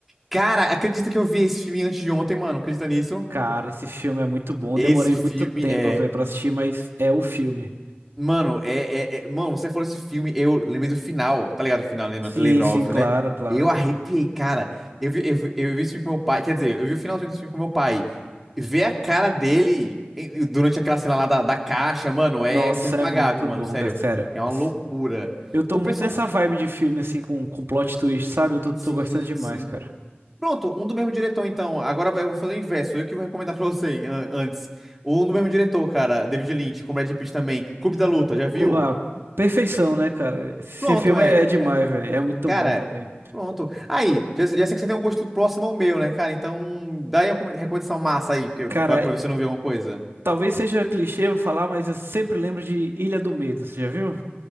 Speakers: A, in the centre; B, on the right (about 75°).
A: Cara, acredita que eu vi esse filme antes de ontem, mano? Acredita nisso?
B: Cara, esse filme é muito bom.
A: Esse
B: Demorei
A: filme
B: muito tempo,
A: é.
B: velho, pra assistir, mas é o filme.
A: Mano, é, é, é- Mano, você falou esse filme, eu lembrei do final, tá ligado? O final lembra,
B: Sim,
A: lembra,
B: sim,
A: óbvio,
B: claro,
A: né?
B: claro.
A: Eu arrepiei, cara. Eu vi, eu vi, eu vi esse filme com meu pai. Quer dizer, eu vi o finalzinho desse filme com meu pai. Ver a cara dele em- durante aquela cena lá da, da caixa, mano, é.
B: Nossa,
A: Foi impagável,
B: é muito
A: mano,
B: bom,
A: sério.
B: velho, sério.
A: É uma
B: Esse-
A: loucura.
B: Eu tô
A: O
B: muito
A: pessoal
B: nessa vibe de filme, assim, com, com plot twist, sabe? Eu tô, tô
A: Sim,
B: gostando demais,
A: sim.
B: cara.
A: Pronto, um do mesmo diretor, então. Agora vai- eu vou fazer o inverso. Eu que vou recomendar pra você an- antes. Um do mesmo diretor, cara. David Lynch, com Brad Pitt também. Clube da Luta, já viu?
B: Clo- ah, perfeição, né, cara? Esse
A: Pronto,
B: filme
A: é.
B: é, é demais,
A: é,
B: velho. É muito
A: Cara,
B: bom também.
A: pronto. Aí, já, já sei que você tem um gosto próximo ao meu, né, cara? Então, dá aí uma come- recomendação massa aí, que, eu-
B: Cara,
A: pra, pra ver se eu não vi alguma coisa.
B: talvez seja clichê falar, mas eu sempre lembro de Ilha do Medo, você já viu?